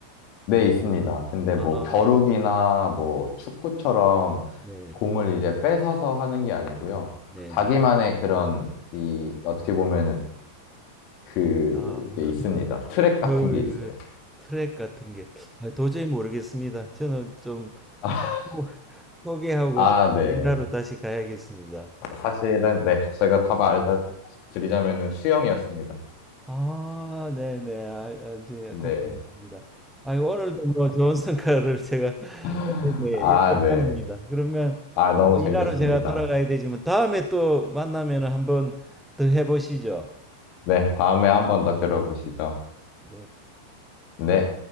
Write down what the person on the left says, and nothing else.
네, 있습니다. 근데 뭐
겨루기나 뭐 축구처럼
공을 이제 뺏어서 하는 게 아니고요.
자기만의
그런 이 어떻게 보면은 그게
있습니다. 트랙 같은
게 있어요.
<laughs>
아, 네.
사실은 네, 제가 답 알려드리자면은 수영이었습니다.
네.
<laughs>
아, 네.
아, 너무
재밌었습니다.
네, 다음에 한 번 더 겨뤄보시죠.
네.